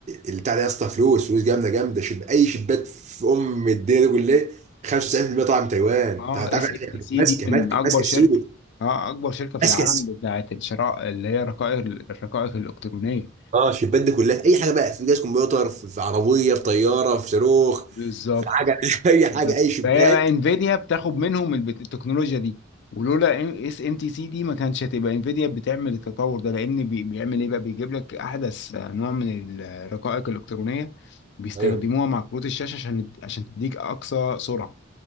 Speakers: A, on the right (about 35°); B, on the left (about 60°).
A: البتاع ده يا اسطى فلوس فلوس جامده جامده شب اي شيبات في ام الدنيا دي كلها 95% طالعه من تايوان
B: اه
A: انت عارف
B: اس ام
A: يعني
B: تي سي
A: ماسكه
B: دي من
A: ماسكه
B: اكبر
A: ماسكه
B: شركه
A: السوق
B: اه اكبر شركه في
A: ماسكه
B: العالم
A: السوق
B: بتاعت الشراء اللي هي رقائق الرقائق الالكترونيه
A: اه الشيبات دي كلها اي حاجه بقى في جهاز كمبيوتر في في عربيه في طياره في صاروخ
B: بالظبط
A: في حاجه <laughs> اي حاجه
B: بالظبط.
A: اي شيبات
B: فهي بقى انفيديا بتاخد منهم البت- التكنولوجيا دي ولولا اس ام تي سي دي ما كانش هتبقى انفيديا بتعمل التطور ده لان بي- بيعمل ايه بقى بيجيب لك احدث نوع من الرقائق الالكترونيه بيستخدموها
A: ايوه
B: مع كروت الشاشه عشان عشان تديك اقصى سرعه